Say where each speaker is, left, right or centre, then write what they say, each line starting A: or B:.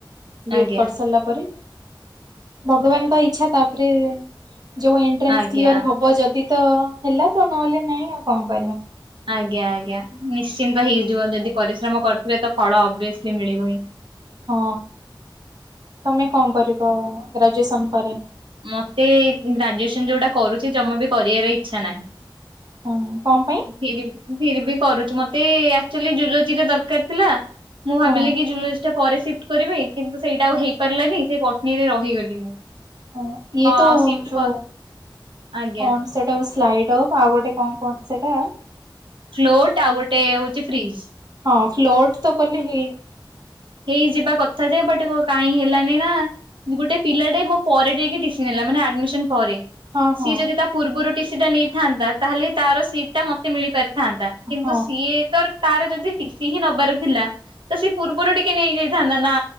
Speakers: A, on the right; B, on the right.
A: ବି
B: ଆଜ୍ଞା
A: ଏ ଡ କରି ସାରିଲା ପରେ? ଭଗବାନଙ୍କ ଇଛା ତାପରେ ଯୋଉ ଏଣ୍ଟ୍ରାନ୍ସ
B: ଆଜ୍ଞା।
A: କ୍ଲିୟର ହବ ଯଦି ତ ହେଲା ତ, ନହେଲେ ନାଇଁ ଆଉ କଣ କରିବା।
B: ଆଜ୍ଞା ଆଜ୍ଞା ନିଶ୍ଚିନ୍ତ ହେଇଯିବ, ଯଦି ପରିଶ୍ରମ କରୁଥିବେ ତ ଫଳ ଅଭିଅସଲି ମିଳିବ ହିଁ।
A: ହଁ, ତମେ କଣ କରିବ ଗ୍ରାଜୁଏସନ ପରେ?
B: ମତେ ଗ୍ରାଜୁଏସନ ଯୋଉଟା କରୁଛି ଜମା ବି କରିବାର ଇଚ୍ଛା ନାହିଁ।
A: ହଁ କଣ ପାଇଁ
B: ଫିର ଫିର୍ଭି କରୁଛି, ମତେ ଏକ୍ଟୁଆଲି ଜୁଲୋଜିା ଦରକାର ଥିଲା, ମୁଁ ଭାବିଲି
A: ହଁ
B: କି ଯୁଲୋଜି ଟା ପରେ ସିଫ୍ଟ କରିବି କିନ୍ତୁ ସେଇଟା
A: ହଁ
B: ଆଉ ହେଇପାରିଲାନି ସେଇ ବଟନୀରେ ରହିଗଲି ମୁଁ।
A: ହ ଇଏ ତ
B: ଆଉ ସିଫ୍ଟ
A: ଯୋ
B: କ ଆଜ୍ଞା
A: କଣ ସେଟା ବସି ସ୍ଲାଇଡ୍ ଅଫ ଆଉ ଗୋଟେ କଣ କହନ୍ତି ସେଇଟା?
B: ଫ୍ଲୋଟ୍ ଆଉ ଗୋଟେ ହଉଛି ଫ୍ରିଜ୍।
A: ହଁ ଫ୍ଲୋଟ ତ କଲେ ହେଇ
B: ହେଇଯିବା କଥା ଯେ ବଟ କାଇ ହେଲାନି ନା, ଗୋଟେ ପିଲାଟେ ମୋ ପରେ ଯାଇକି ଟିସି ନେଲା ମାନେ ମାନେ ଆଡ଼ମିଶନ ପରେ।
A: ହଁ
B: ସିଏ
A: ହଁ
B: ଯଦି ତା ପୂର୍ବରୁ ଟିସିି ଟା ନେଇଥାନ୍ତା ତାହେଲେ ତାର ସିଟ ଟା ମତେ ମିଳିପାରିଥାନ୍ତା। କିନ୍ତୁ
A: ହଁ
B: ସିଏ ତ ତାର ଯଦି ଟିସି ହିଁ ନବାର ଥିଲା ତ ସେ ପୂର୍ବରୁ ଟିକେ ନେଇ ଯାଇଥାନ୍ତା ନା।